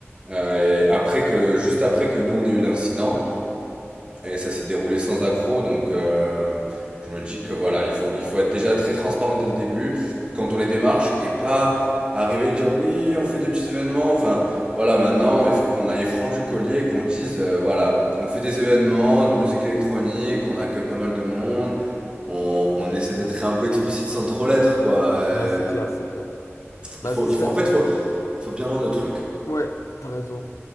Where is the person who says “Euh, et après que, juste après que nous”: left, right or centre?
Right